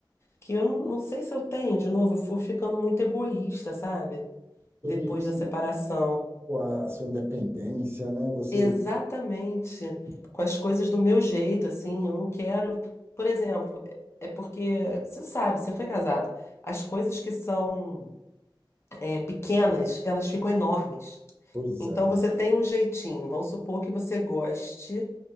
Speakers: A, on the left; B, on the right.
A: que eu não não sei se eu tenho, de novo, eu fui ficando muito egoísta, sabe?
B: ter
A: Depois
B: esse-
A: da separação.
B: a a sua independência, né? Você.
A: Exatamente. Com as coisas do meu jeito, assim, eu não quero. Por exemplo, é é porque, você sabe, você foi casado. As coisas que são é, pequenas, elas ficam enormes.
B: Pois
A: Então
B: é.
A: você tem um jeitinho. Vamos supor que você goste.